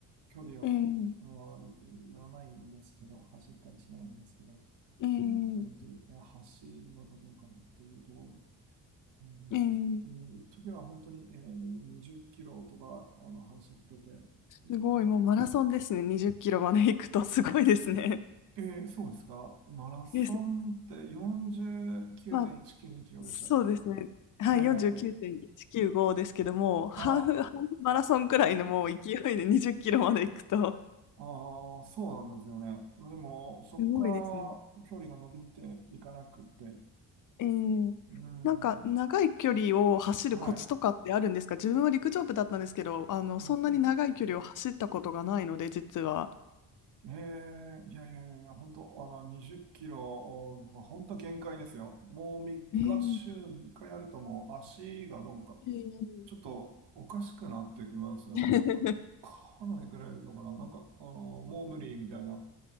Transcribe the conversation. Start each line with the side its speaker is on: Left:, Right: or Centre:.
Right: 距離を、
Left: えー、
Right: あのい言わないんですけど、走ったりしないんですけど、
Left: えー、
Right: うん、本当に、いや、走るのかどうかなというところで、うん、本当に、
Left: えー、
Right: うん、一時は本当に、えー、20キロとか、あの、走ってて、うん、
Left: すごい、もうマラソンですね。20キロまで行くとすごいですね。
Right: えー、そうですか。マラソンって49.192キロでしたっけ
Left: です。まあ、そうですね。はい、
Right: で、あ
Left: 49.195ですけども、ハーフ、
Right: あ、
Left: ハーフマラソンくらいのもう勢いで20キロまで行くと、
Right: はい。ああ、そうなんですよね。でも、そこから距離が伸びていかなくて、
Left: すごいですね。えー、
Right: うん。
Left: なんか長い距離を走るコツとかってあるんですか自分は陸上部だったんですけど、
Right: はい。
Left: あの、
Right: うんうん、
Left: そんなに長い距離を走ったことがないので、実は。
Right: ええいやいやいやいや、本当あの、20キロが本当限界ですよ。もう3日、
Left: えー、
Right: 週3日やるともう足がなんか、
Left: えー
Right: ちょっとおかしくなってきますよね。
Left: <laughs>
Right: なんか、離れくれるのかななんか、あの、もう無理みたいな